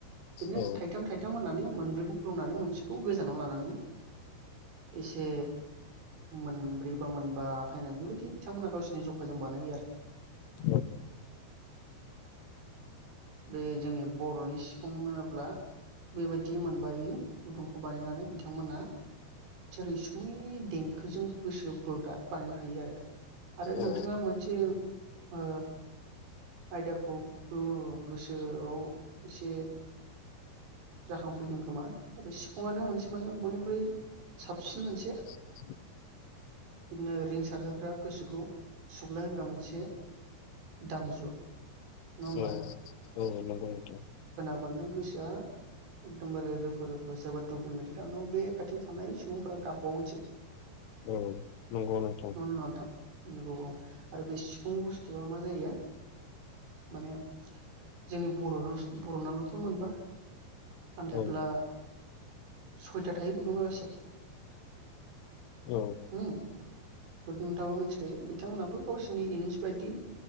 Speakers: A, on the right (about 80°); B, on the left (about 70°).
A: बिदिनो
B: औ
A: थाइथाम थाइथाम होननानै मोनब्रै बोफ्लंनानै मोनसेखौ गोजानाव लानानै से मोनब्रै बा मोनबा खायनानै बेबायदि बिथांमोना गावसिरनि जखाजों बानायो आरो।
B: औ
A: बे जोंनि बरनि सिफुं होनोब्ला बेबायदि मोनबायै गुदुंखौ बानायनानै बिथांमोना रैसुमै देंखोजों गोसो बोग्रा बानायनो हायो आरो। आरो नोंथांङा
B: औ
A: मोनसे ओ आयदाखौ गोसोआव एसे जाखांफैदों खोमा? आरो सिफुंआनो मोनसे माने बनिख्रुइ साबसिन मोनसे
B: <inaudible>
A: बिदिनो रिंसारहोग्रा गोसोखौ सुग्लाय होग्रा मोनसे दामजु नङा होमबा
B: औ औ नंगौ नोंथां।
A: नों गोसोआ एखदम बारे रोफो रोफो जोबोद दु होनबायथाय बे खाथियाव फ्राय सुबुंफोरा गाबबावगोनसो
B: औ नंगौ नोंथां
A: नोंगौ ना नङा नोंथां नोंगौ औ आरो बे सिफुं बुस्थु आ मा जायो माने जोंनि बर बरनालथ मोनबा आन्थायब्ला
B: औ
A: सयथा थायो गुदुंङा
B: औ
A: <inaudible> ओ बेखौ नोंथांमोनाबो मिथिखायो बिथांमोनाबो गावसिरनि इन्स बायदि